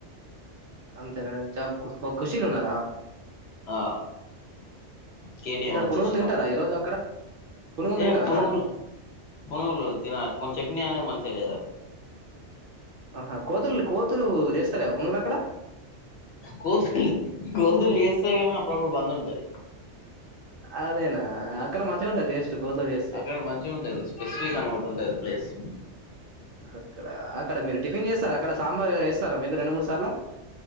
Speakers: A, on the right; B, on the left.
A: అంతేనా జాబ్కు ఖుషీలున్నరా
B: ఆ కేటీఎం
A: ఇక్కడ
B: వచ్చేసి
A: పునుగులు తింటారా
B: కంపెనీ
A: ఈరోజు అక్కడ పునుగులు
B: ఏ
A: తింటారా
B: పునుగుల్
A: అక్కడ
B: పునుగులు తిన కొ చట్నీ అనేది మంచిగా లేదు
A: ఆహా కోతుల్ కోతులు చేస్తాలేరా పునుగులట్
B: కోతులు కోతులు చేస్తయి కని అప్పుడప్పుడు బంద్ ఉంటది
A: అదేనా ఆ అక్కడ మంచిగా టేస్ట్ కోసలు చేస్తే
B: అక్కడ మంచిగా ఉంటది స్పెసిఫిక్ అని ఒకటి ఉంటది ప్లేస్
A: అక్కడ అక్కడ మీరు టిఫిన్ చేస్తారు అక్కడ సాంబార్ స్తరా మీరు రెండు మూడు సార్ల